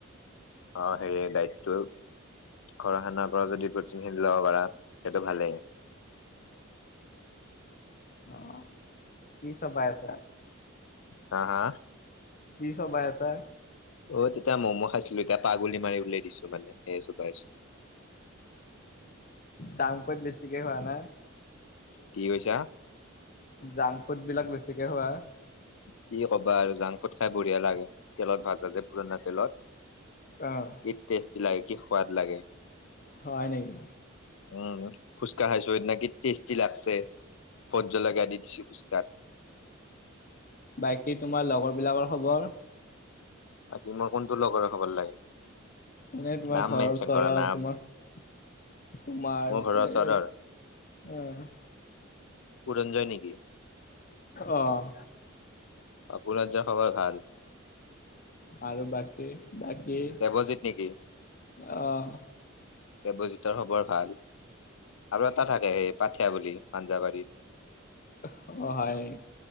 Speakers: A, on the left; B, on the left.
A: অ সে দায়িতটো ঘৰ খানাৰ পৰা যদি প্ৰটিনহিন লব পাৰা সেইটো ভালেই
B: অ কি চবাই আছা
A: হ হা
B: কি চবাই আছা
A: অ তেতিয়া ম'ম' খাইছিলো এতিয়া পাগলী মাৰি উলাই দিছো মানে সেইোাই
B: চাংপত বেছিকেই খোৱা না
A: কি কৈছা
B: জাংক ফুড বিলাক বেছিকে হোৱা
A: কি কবা আৰু জাংক ফুড খাই বঢ়িয়া লাগে তেলত ভাজা যে পুৰণা তেলত
B: অ'
A: কি টেষ্টি লাগে কি সোৱাদ লাগে
B: হয় নেকি
A: উম, ফুচকা খাইছো স নেকি টেষ্টি লাগছে ভট জ্বলকা দি দিছো ফুচকাত।
B: বাকী তোমাৰ লগৰ বিলাকৰ খবৰ।
A: বাকী মোৰ কোনটো লগৰ খবৰ লাগে।
B: এনেে তোমাৰ
A: নাম
B: ঘৰৰ
A: মেনচন
B: ওচৰা
A: কৰা নাম
B: তোমাৰ তোমাৰ
A: মোৰ ঘৰৰ
B: এ
A: ওচৰৰ
B: হ,
A: পুৰঞ্জয় নেকি?
B: আহ
A: অ পুৰঞ্জয় খবৰ ভাল।
B: আৰু বাকী বাকী
A: দেৱজিত নেকি
B: আহ,
A: দেৱজিতৰ খবৰ ভাল আৰু এটা থাকে স পাঠিয়া বুলি পাঞ্জাবাৰীত
B: অ, হয়,